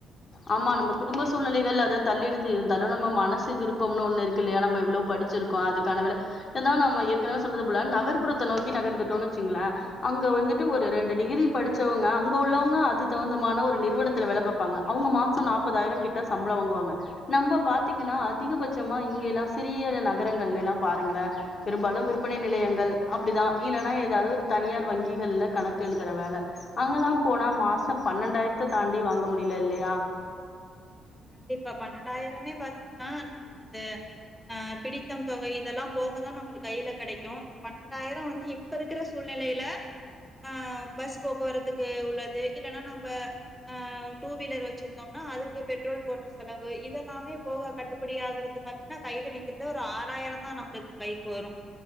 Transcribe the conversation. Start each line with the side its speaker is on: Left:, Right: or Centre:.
Left: ஆமா நம்ப குடும்ப சூழ்நிலைகள் அதா தள்ளிடுது இருந்தாலு நம்ம மனசு விருப்பம்னு ஒண்ணு இருக்கு இல்லையா நம்ப இவ்வளோ படிச்சிரு க்கோ அதுக்கான வேல இருந்தா நம்ம ஏற்கனவே சொன்னது போல நகர்புறத்த நோக்கி நகர்ந்துட்டோனு வச்சுங்ளே அங்க வந்துட்டு ஒரு ரெண்டு டிகிரி படிச்சவங்க அங்க உள்ளவங்க அது தகுந்தமான ஒரு நிறுவனத்துல வேல பாப்பாங்க அவுங்க மாச நாப்பதாயிர கிட்ட சம்பளம் வாங்குவாங்க நம்ப பாத்தீங்கன்னா அதிகபட்சமா இங்கைலா சிறிய நகரங்கள்லைலா பாருங்களே பெரும்பாலு விற்பனை நிலையங்கள் அப்டிதா இல்லன்னா ஏதாவது ஒரு தனியார் வங்கிகள்ல கணக்கு எழுதுற வேல அங்கெல்லா போனா மாச பன்னெண்டாயிரத்த தாண்டி வாங்க முடியல இல்லையா
Centre: கண்டிப்பா பன்னெண்டாயிரமே பாத்தீங்கன்னா நம்மளுக்கு அந்த ஆ பிடித்தம் தொகை இதெல்லா போகதா நம்மளுக்கு கையில கெடைக்கு இந்த பன்னெண்டாயிர வந்து இப்ப இருக்குற சூழ்நிலையில ஆ பஸ் போக்குவரத்துக்கு உள்ளது இல்லன்னா நம்ப ஆ டூ வீலர் வச்சிருந்தோம்னா அதுக்கு பெட் ரோல் போடுற செலவு இதெல்லாமே போக கட்டுப்படி ஆகுறது பாத்தீங்கன்னா கையில நிக்கிறது ஒரு ஆறாயிர தா நம்மளுக்கு கைக்கு வரு